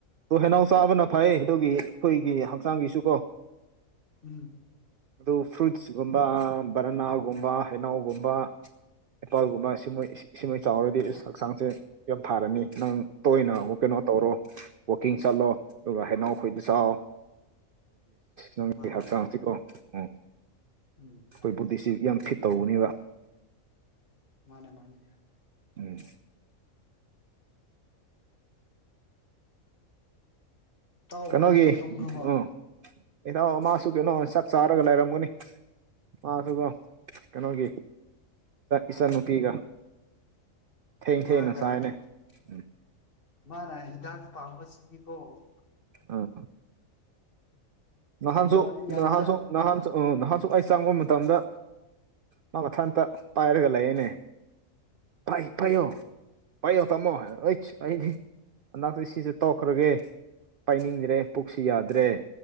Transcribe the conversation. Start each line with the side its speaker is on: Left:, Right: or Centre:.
Right: ꯑꯗꯣ ꯍꯩꯅꯧ ꯆꯥꯕꯅ ꯐꯩ ꯑꯗꯨꯒꯤ ꯑꯩꯈꯣꯏꯒꯤ ꯍꯛꯆꯥꯡꯒꯤꯁꯨ ꯀꯣ
Left: ꯎꯝ
Right: ꯑꯗꯨꯗꯨ ꯐ꯭ꯔꯨꯠꯁꯒꯨꯝꯕ ꯔꯅꯥꯒꯨꯝꯕ ꯈꯅꯥꯎꯒꯨꯝꯕ ꯑꯦꯄꯥꯜꯒꯨꯝꯕ ꯁꯤꯃꯣꯏ ꯁꯤꯁꯤꯡꯃꯣꯏ ꯆꯥꯎꯔꯗꯤ ꯍꯛꯆꯥꯡꯁꯦ ꯌꯥꯝ ꯊꯥꯔꯅꯤ ꯅꯪ ꯇꯣꯏꯅ ꯀꯩꯅꯣ ꯇꯧꯔꯣ ꯋꯥꯛꯀꯤꯡ ꯆꯠꯂꯣ ꯑꯗꯨꯒ ꯍꯩꯅꯥꯎꯈꯣꯏꯗ ꯆꯥꯛ ꯑꯗꯨ ꯅꯪꯒꯤ
Left: ꯃꯥꯅꯦ
Right: ꯍꯞꯆꯥꯡꯁꯤꯀꯣ ꯎ
Left: ꯎꯝ
Right: ꯑꯩꯈꯣꯏ ꯕꯣꯗꯤꯁꯤ ꯌꯥꯝ ꯐꯤꯠ ꯇꯧꯒꯅꯦꯕ
Left: ꯃꯥꯅꯦ ꯃꯥꯅꯦ
Right: ꯎꯝ
Left: ꯇꯥꯎ
Right: ꯀꯩꯅꯣꯒꯤ
Left: ꯃꯗꯨꯗꯤ ꯇꯨꯝꯈ꯭ꯔꯕꯣ
Right: ꯎꯝ ꯏꯗꯑꯣ ꯃꯥꯁꯨ ꯀꯩꯅꯣ ꯁꯥꯛ ꯆꯥꯔꯒ ꯂꯩꯔꯝꯒꯅꯤ ꯃꯥꯁꯨ ꯀꯩꯅꯣꯒꯤ ꯏꯆꯟꯟꯅꯨꯄꯤꯒ ꯊꯦꯡ ꯊꯦꯡꯅ
Left: ꯃꯥꯒ
Right: ꯁꯥꯏꯅꯦ ꯎ
Left: ꯃꯥꯅ ꯍꯤꯗꯥꯛ ꯄꯥꯝꯕꯁꯤꯗꯤꯀꯣ
Right: ꯎꯝ ꯅꯍꯥꯟꯁꯨ
Left: ꯌꯥꯗꯤ ꯌꯥꯕꯖꯥꯠ
Right: ꯅꯍꯥꯟꯁꯨ ꯅꯍꯥꯟꯁꯨ ꯅꯍꯥꯛꯁꯨ ꯑꯩ ꯆꯪꯕ ꯃꯇꯝꯗ ꯃꯥ ꯃꯊꯥ ꯑꯝꯇ ꯄꯥꯏꯔꯒ ꯂꯩꯅꯦ ꯐꯥꯏ ꯐꯥꯏꯌꯣ ꯄꯥꯏꯌꯣ ꯇꯝꯃꯣ ꯑꯩ ꯑꯩꯗꯤ ꯁꯤꯁ ꯇꯣꯛꯈ꯭ꯔꯒꯦ ꯄꯥꯏꯅꯤꯡꯗ꯭ꯔꯦ ꯄꯨꯛꯁꯤ ꯌꯥꯗ꯭ꯔꯦ